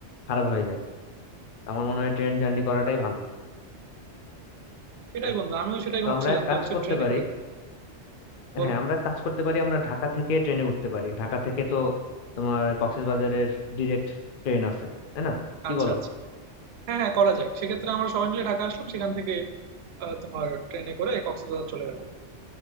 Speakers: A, on the left; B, on the right.
A: খারাপ হয়ে যায় তো আমার মনে হয় ট্রেন জার্নি করাটাই ভালো
B: সেটাই
A: হ্যাঁ,
B: বন্ধু আমিও সেটাই
A: তো
B: ভাবছিলাম
A: আমরা এক
B: যে
A: কাজ
B: হচ্ছে
A: করতে
B: ট্রেনে
A: পারি
B: করে যাবো বলো
A: হ্যাঁ আমরা এক কাজ করতে পারি আমরা ঢাকা থেকে ট্রেনে উঠতে পারি ঢাকা থেকে তো তোমার কক্সবাজারের ডিরেক্ট ট্রেন আছে তাই না কি
B: আচ্ছা
A: বলো
B: আচ্ছা হ্যাঁ হ্যাঁ করা যায় সেক্ষেত্রে আমরা সবাই মিলে ঢাকা আসলাম সেখান থেকে আহ, তোমার ট্রেনে করে কক্সবাজার চলে গেলাম